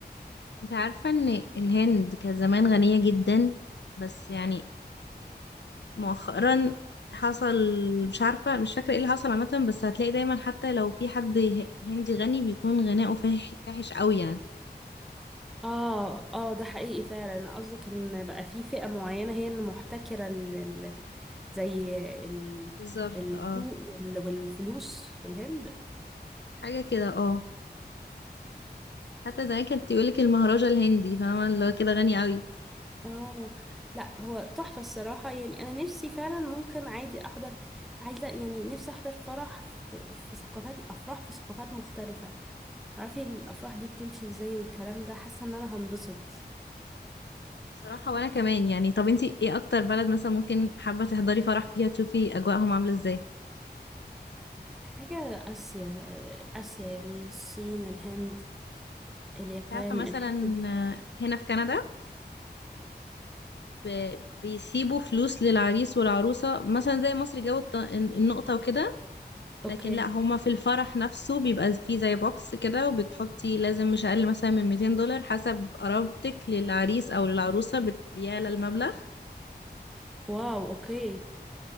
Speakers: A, on the left (about 85°); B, in the centre.
A: انت عارفة ان الهند كان زمان غنية جدا بس يعني مؤخرا حصل مش عارفة مش فاكرة ايه اللي حصل عامة بس هتلاقي دايما حتى لو في حد ه- هندي غني بيكون غناؤه فاح- فاحش قوي يعني
B: اه اه ده حقيقي فعلا انا قصدك ان بقى في فئة معينة هي اللي محتكرة ال- ال- زي ال-
A: بالظبط
B: السوق
A: اه
B: وال- والفلوس في الهند
A: حاجة كده اه حتى زمان كانت تقولك المهرجة الهندي فاهمة اللي هو كده غني قوي
B: اه لا هو تحفة الصراحة يعني انا نفسي فعلا ممكن عادي احضر عايزة يعني نفسي احضر فرح في في ثقافات افراح في ثقافات مختلفة تعرفي الافراح دي بتمشي ازاي والكلام ده حاسة ان انا هنبسط
A: صراحة وانا كمان يعني طب انتي ايه اكتر بلد مثلا ممكن حابة تحضري فرح فيها تشوفي اجواءهم عاملة ازاي
B: حاجة آسيا آسيا يعني الصين الهند اليابان
A: انت عارفة مثلا
B: الحتت دي
A: آه، هنا في كندا ب- بيسيبوا فلوس للعريس والعروسة مثلا زي مصر جو الط- النقطة وكده
B: اوكي
A: لكن لا هما في الفرح نفسه بيبقى فيه زي بوكس كده وبتحطي لازم مش اقل مثلا من 200 دولار حسب قرابتك للعريس او للعروسة بت- بيعلى المبلغ
B: واو اوكي